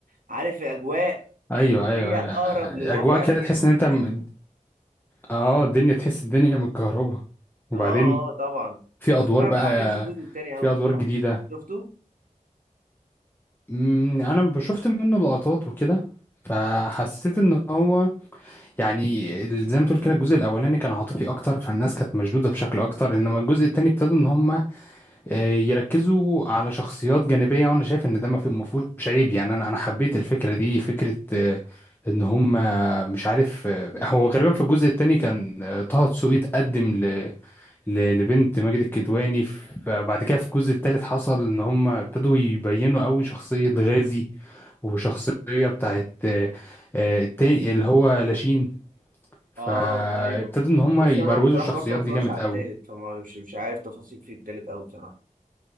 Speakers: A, on the right; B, on the left.
A: عارف الاجواء
B: ايوه
A: تحس
B: ايوه
A: ان هي
B: أيوة.
A: اقرب للواقع
B: اجواء كده
A: فيها
B: تحس
A: سيكا
B: ان انت م- اه الدنيا تحس الدنيا متكهربة وبعدين
A: اه اه طبعا
B: في
A: بس
B: ادوار
A: انا
B: بقى
A: ما حبيتش الجزء التاني قوي
B: في
A: بصراحة
B: ادوار جديده
A: شفته؟
B: أمم، انا شفت منه لقطات وكده فحسيت ان هو يعني زي ما تقول كده الجزء الاولاني كان عاطفي اكتر فالناس كانت مشدوده بشكل اكتر انما الجزء التاني ابتدوا ان هم آه، يركزوا على شخصيات جانبية وانا شايف ان ده ما في- ما فيهوش عيب يعني انا انا حبيت الفكرة دي فكرة آه، ان هم آه، مش عارف آه، هو غالبا في الجزء التاني كان آه، طه دسوقي اتقدم ل- ل- لبنت ماجد الكدواني فبعد كده في الجزء التالت حصل ان هم ابتدوا يبينوا قوي شخصية غازي وشخصية بتاعت آه، آه، التاني اللي هو لاشين فابتدوا
A: اه ايوه
B: ان هم
A: بص
B: يبروزوا
A: انا بصراحة
B: الشخصيات
A: برضه ما اتفرجش
B: دي جامد
A: على
B: قوي
A: التالت فما مش مش عارف تفاصيل في التالت قوي بصراحة